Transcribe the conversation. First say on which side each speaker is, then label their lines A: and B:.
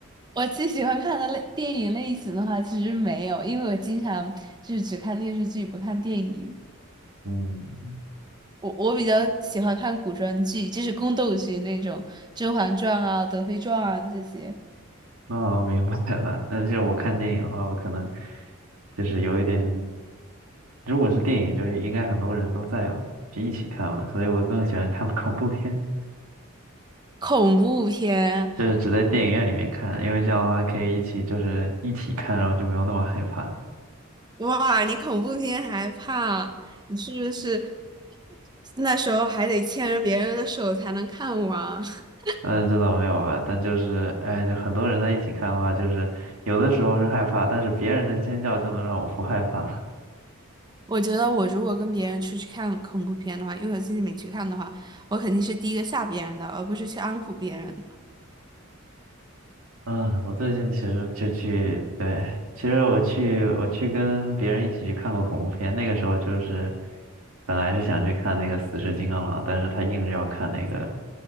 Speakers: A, on the right (about 20°); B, on the right (about 85°).
A: 我最喜欢看的类电影类型的话，其实没有，因为我经常就是只看电视剧，不看电影。
B: 嗯，
A: 我我比较喜欢看古装剧，就是宫斗剧那种《甄嬛传》啊、《德妃传》啊这些。
B: 哦，明白了。但是我看电影的话，我可能就是有一点，如果是电影，就是应该很多人都在嘛，就一起看嘛，所以我更喜欢看 <laughs> 恐怖片，
A: 恐怖片，
B: 就是只在电影院里面看，因为这样的话可以一起就是一起看，然后就没有那么害怕。
A: 哇，你恐怖片还怕？你是不是那时候还得牵着别人的手才能看完？<laughs>
B: 嗯，这倒没有吧，但就是哎，就很多人在一起看的话，就是有的时候是害怕，但是别人的尖叫就能让我不害怕。
A: 我觉得我如果跟别人出去看恐怖片的话，因为我自己没去看的话，我肯定是第一个吓别人的，而不是去安抚别人。
B: 嗯，我最近其实就去，对，其实我去我去跟别人一起去看过恐怖片，那个时候就是本来是想去看那个《死侍金刚狼》，但是他硬是要看那个，